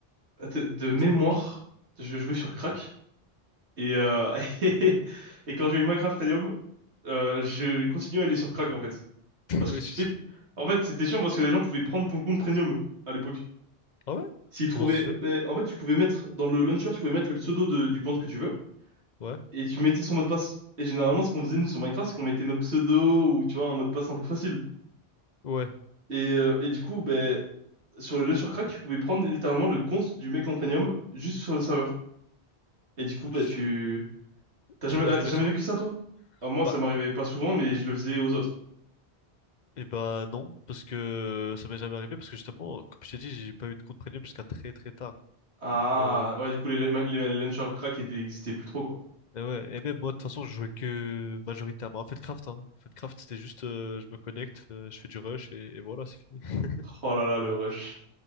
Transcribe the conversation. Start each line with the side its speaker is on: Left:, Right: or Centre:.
Right: de, de mémoire,
Left: donc c'est dommage.
Right: je jouais sur Crack et euh, <laughs> et quand j'ai eu Minecraft Premium, euh, je continuais à aller sur Crack en fait.
Left: <laughs>
Right: Parce
Left: Oui,
Right: que tu
Left: je-
Right: t'es, en fait, c'était chiant parce que les gens pouvaient prendre ton compte Premium à l'époque.
Left: Ah ouais?
Right: S'il trouvait,
Left: Comment ça se fait?
Right: ben, en fait, tu pouvais mettre dans le launcher, tu pouvais mettre le pseudo de- du compte que tu veux
Left: Ouais,
Right: et tu mettais son mot de passe. Et généralement, ce qu'on faisait nous sur Minecraft, c'est qu'on mettait nos pseudos ou tu vois un mot de passe un peu facile.
Left: ouais.
Right: Et, euh, et du coup, ben, sur le launcher crack, tu pouvais prendre littéralement le compte du mec en premium juste sur le serveur. Et du coup,
Left: Ouais,
Right: ben,
Left: je-
Right: tu t'as
Left: Ça
Right: jamais
Left: t'est
Right: ah,
Left: arrivé
Right: t'as jamais
Left: souvent?
Right: vécu ça toi? Ah, moi,
Left: Bah,
Right: ça m'arrivait pas souvent, mais je le faisais aux autres.
Left: et bah non, parce que ça m'est jamais arrivé, parce que justement, comme je t'ai dit, j'ai pas eu de compte premium jusqu'à très très tard.
Right: Ah
Left: Donc, euh,
Right: ouais, du coup, les, les, les launcher crack étaient- existaient plus trop quoi.
Left: Et ouais, et même moi, de toute façon, je jouais que majoritairement à Feldcraft, hein. Feldcraft, c'était juste, euh, je me connecte, euh, je fais du rush et, et voilà, c'est fini. <laughs>
Right: Oh là là, le rush.